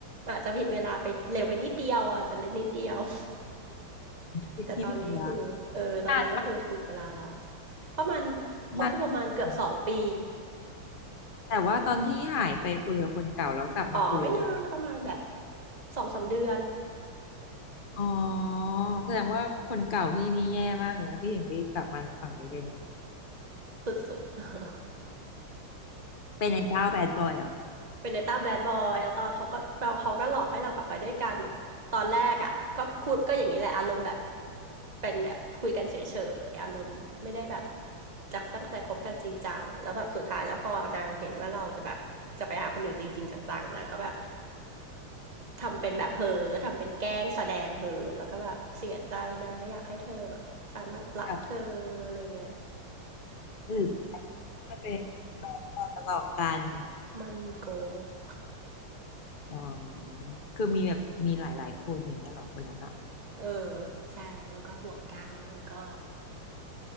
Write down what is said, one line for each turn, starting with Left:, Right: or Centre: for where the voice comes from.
Right: อาจจะผิดเวลาไปเร็วไปนิดเดียวอาจจะเล็กนิดเดียว <laughs>
Left: พิธีปิทยา
Right: แต่ตอนนี้ก็คือเออตอนนี้ก็คือถูกเวลาแล้ว
Left: นานบ้าง
Right: ประมาณคบกันประมาณเกือบสองปี
Left: นานแหล้วแต่ว่าตอนที่หายไปคุยกับคนเก่าแล้วกลับมาคุยกับคนเนี้ย
Right: อ๋อไม่นานนะประมาณแบบสองสามเดือน
Left: อ๋อแสดงว่าคนเก่าพี่นี่แย่มากเลยนะพี่ถึงรีบกลับมาฝั่งนี้เลยเนี่ย
Right: สุดๆ
Left: เป็นไอ้เจ้าแบดบอยเหรอ
Right: เป็นในต้าแบดบอยแล้วตอนเขาก็เราเขาก็หลอกให้เรากลับไปด้วยกันแบบตอนแรกอ่ะก็พูดก็อย่างนี้แหละอารมณ์แบบเป็นแบบคุยกันเฉยๆอารมณ์ไม่ได้แบบจะตั้งใจคบกันจริงจังแล้วแบบสุดท้ายแล้วพอนางเห็นว่าเราจะแบบจะไปหาคนอื่นจริงๆจังๆนางก็แบบทำเป็นแบบเฮอทำเป็นแกล้งแสดงเฮอแล้วก็แบบเสียใจนะอยากให้เธอแบบฉันแบบรักเธออะไรเงี้ย
Left: กลับหรือก็เป็นแบดบอยมาหลอกกัน
Right: <laughs> มันโกหก
Left: อ๋อคือมีแบบมีหลายๆคนอย่างเงี้ยเหรอคนนั้นอะ
Right: เออใช่แล้วมันก็ห่วงกลางแล้วมันก็